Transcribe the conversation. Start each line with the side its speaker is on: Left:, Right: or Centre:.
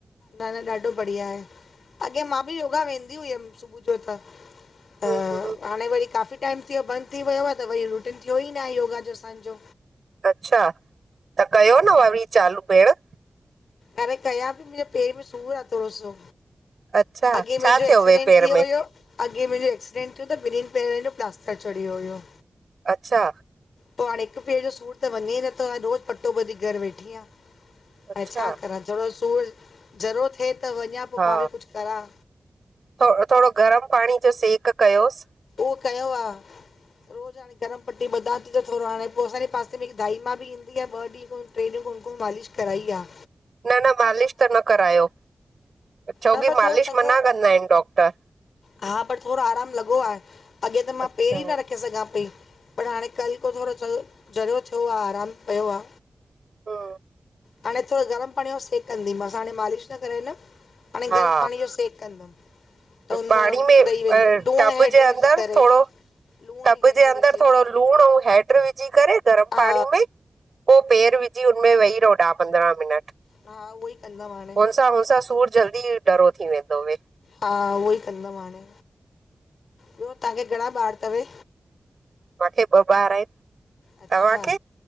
Left: न न ॾाढो बढ़िया आहे अॻियां मां बि योगा वेंदी हुयमि सुबुह जो त। त
Right: हम्म
Left: हाणे वरी काफ़ी टाइम थियो बंदि थी वियो आ त वरी रुटीन थियो ई न आ योगा जो असां जो।
Right: अच्छा त कयो न वरी चालू भेण।
Left: अरे कयां पई मुंहिंजे पेर में सूर आह थोरो सो।
Right: अच्छा
Left: अॻे
Right: छा
Left: मुंहिंजो
Right: थियो
Left: एक्सीडेंंट
Right: वे पेर
Left: थी
Right: में
Left: वयो। अॻे मुंहिंजो एक्सीडेंट थियो त ॿिनहिनि पेरनि जो प्लास्टर चढ़ियो हुयो।
Right: अच्छा।
Left: पो हाणे हिकु पेर जो सूरु त वञे ई नथो हाणे रोज पटो बधी घरु वेठी आहियां।
Right: अच्छा
Left: ऐं छा करां थोरो सूर ज़रो थिए। त वञा पोइ
Right: हा
Left: मां बि कुझु करां
Right: थो थोरो गरम पाणी जो सेक कयोसि।
Left: उहो कयो आ। ह गरम पटी ॿधां थी त थोरो हाणे पो असांजे पासे में हिकु दाईमा बि ईंदी आ ॿ ॾींहं टेन गनकु <unintelligible> मालिश कराई आ।
Right: न न मालिश त न करायो, छो
Left: न
Right: की
Left: पर
Right: मालिश
Left: थोरो चङो
Right: मना कंदा आहिनि डॉक्टर।
Left: हा पर थोरो आरामु लॻो आहे अॻे त मां
Right: अच्छा
Left: पेरी
Right: हम्म,
Left: ई न रखे रखे सघां पई पर हाणे कल्ह को थोरो ज़रियो थियो आ आरामु पयो आ।
Right: हा।
Left: हाणे थोरो गरम पाणीअ जो सेक कंदीमासां हाणे मालिश न कराईंदमि। हाणे
Right: हा
Left: गरम पाणी जो सेक कंदमि। त हुन
Right: पाणी
Left: मां
Right: में अ
Left: ॾेई वेंदो लूणु
Right: टब
Left: हेडु
Right: जे
Left: विझी
Right: अंदरि
Left: करे
Right: थोरो
Left: लूणु
Right: टब
Left: ऐं हेडु
Right: जे अंदरि
Left: विझी
Right: थोरो लूणु अऊं हैड विझी करे गरम
Left: हा
Right: पाणी में पो पेर विझी हुनमें वही रहो ॾाह पंद्रहं मिनट।
Left: हा उहो ई कंदमि हाणे
Right: हुनसां हुन सां सूर जल्दी डरो थी वेंदवे।
Left: हा उहो ई कंदमि हाणे, ॿियो तहांखे घणा ॿार तवे?
Right: मांखे ॿ ॿार आहिनि।
Left: अच्छा
Right: तव्हांखे